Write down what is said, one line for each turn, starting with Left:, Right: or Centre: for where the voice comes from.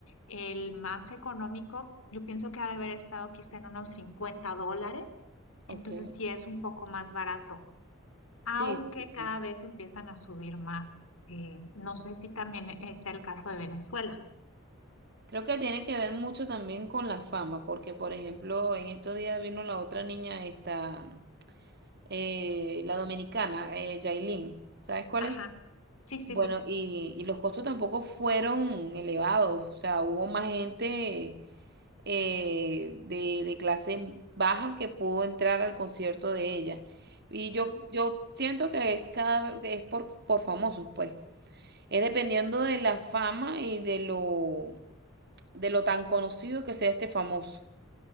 Left: el más económico, yo pienso que ha de haber estado quizá en unos 50 dólares, entonces
Right: Ok.
Left: sí es un poco más barato, aunque
Right: Sí, sí,
Left: cada
Right: sí.
Left: vez empiezan a subir más. Eh, no sé si también eh, sea el caso de Venezuela.
Right: Creo que tiene que ver mucho también con la fama, porque por ejemplo, en estos días vino la otra niña, esta, eh, la dominicana, eh, Yailin. ¿Sabes cuál
Left: Ajá,
Right: es?
Left: sí, sí,
Right: Bueno,
Left: sí.
Right: y, y los costos tampoco fueron elevados, o sea, hubo más gente eh, de, de clase baja que pudo entrar al concierto de ella. Y yo, yo siento que es cada vez que es por, por famosos, pues. Es dependiendo de la fama y de lo, de lo tan conocido que sea este famoso.